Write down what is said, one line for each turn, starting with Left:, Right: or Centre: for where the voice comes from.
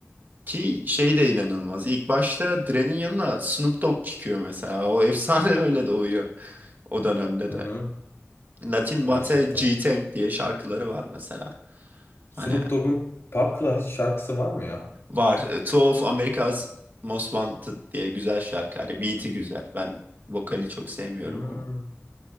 Right: Ki şey de inanılmaz. İlk başta Dre'nin yanına Snoop Dogg çıkıyor mesela. O efsane <laughs> öyle doğuyor o dönemde
Left: Hı
Right: de.
Left: hı.
Right: Latin
Left: Gerçekten.
Right: Bate G-Tank diye şarkıları var mesela.
Left: Snoop
Right: Hani
Left: Dogg'un Park'la hiç şarkısı var mı ya?
Right: var. Two of America's Most Wanted diye güzel şarkı. Hani beat'i güzel. Ben vokali çok sevmiyorum
Left: Hmm.
Right: ama. <laughs>